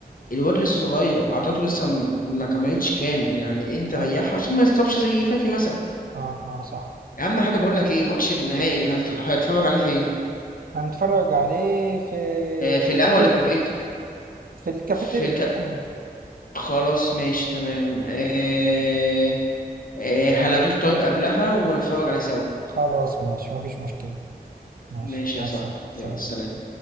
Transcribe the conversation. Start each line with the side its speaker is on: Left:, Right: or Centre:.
Left: الواد لسه صغير عطاته لسه م- ما كملتش كامل يعني انت
Right: اه
Left: ريحه عشان ما يتصابش زي فاتي مثلا
Right: اه اه صح
Left: يا عم حاجه بقول لك ايه ماتش النهائي هت- هتتفرج عليه فين
Right: هنتفرج عليه في
Left: آه،
Right: الكافيتيريا
Left: في القهوه ولا في البيت
Right: في الكافيتيريا
Left: في الك...
Right: في القهوة
Left: خلاص ماشي تمام آه... آه... هلغيك طيب قبلها ونتفرج عليه سوا
Right: خلاص ماشي مفيش مشكلة ماشي
Left: ماشي يا
Right: مع
Left: صاحبي
Right: السلامة سلام.
Left: يلا سلام